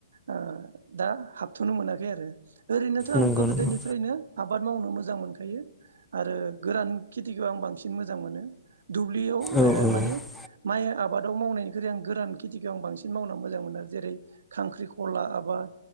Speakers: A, on the right; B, in the centre.
A: ओ दा हाबथ'नो मोनाखै आरो ओरैनोथ' आं
B: नंगौ
A: गोदोनिफ्रायनो
B: नंगौ
A: आबाद मावनो मोजां मोनखायो आरो गोरान खेथिखौ आं बांसिन मोजां मोनो दुब्लियाव ओ
B: औ औ
A: माने माइ आबादाव मावनायनिख्रुइ आं गोरान खेथिखौ आं बांसिन मावना मोजां मोनो जेरै खांख्रिखला आबाद